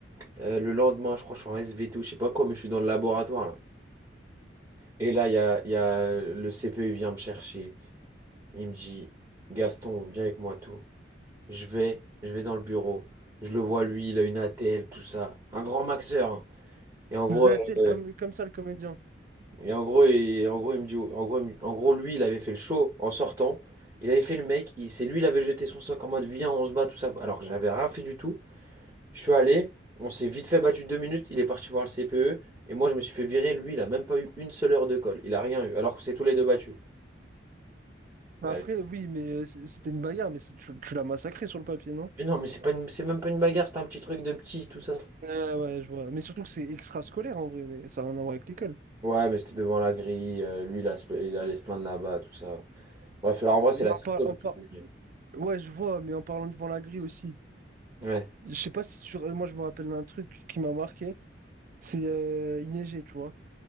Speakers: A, on the right (about 20°); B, on the right (about 45°).
A: Euh, le lendemain, je crois que je suis en SVT ou je sais pas quoi, mais je suis dans le laboratoire là. Et là, il y a, il y a le CPE, il vient me chercher. Il me dit, Gaston, viens avec moi, tout. Je vais, je vais dans le bureau. Je le vois, lui, il a une ATL, tout ça. Un grand maxeur. hein. Et
B: Tu
A: en gros,
B: nous as tel
A: euh,
B: comme, comme ça le comédien.
A: et en gros, et en gros, il me dit, en gros, il me- en gros, lui, il avait fait le show en sortant. Il avait fait le mec. il- C'est lui, il avait jeté son sac en mode, viens, on se bat, tout ça. Alors que j'avais rien fait du tout. Je suis allé, on s'est vite fait battu deux minutes. Il est parti voir le CPE. Et moi, je me suis fait virer. Lui, il a même pas eu une seule heure de colle. Il a rien eu. Alors que c'est tous les deux battus.
B: Bah
A: Allez.
B: Après, oui, mais euh, c- c'était une bagarre, mais c'est- tu, tu l'as massacré sur le papier, non?
A: Mais non, mais c'est pas une- c'est même pas une bagarre, c'est un petit truc de petit, tout ça.
B: Ouais, ouais, je vois. Mais surtout que c'est extrascolaire en vrai, mais ça n'a rien à voir avec l'école.
A: Ouais, mais c'était devant la grille. euh, lui, il, a se pla- il allait se plaindre là-bas, tout ça. Bref, en vrai, c'est
B: Mais
A: la
B: en
A: seule
B: par-
A: fois
B: en
A: que je me
B: par-
A: suis fait virer.
B: Ouais, je vois, mais en parlant devant la grille aussi.
A: Ouais.
B: Je sais pas si tu. Moi, je me rappelle d'un truc qui m'a marqué. C'est euh, il neigeait, tu vois.